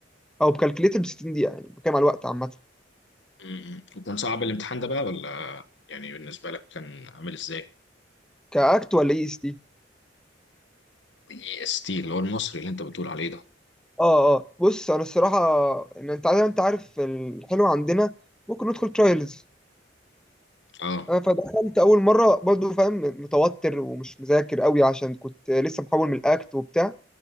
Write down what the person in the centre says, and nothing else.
او بكالكليتر ب 60 دقيقة يعني بتكلم على الوقت عامة
كاكت ولا اي اس تي
اه اه بص انا الصراحة ان انت عارف انت عارف الحلو عندنا ممكن ندخل ترايلز
آه، فدخلت اول مرة برضو فاهم متوتر ومش مذاكر قوي عشان كنت لسه محول من الاكت وبتاع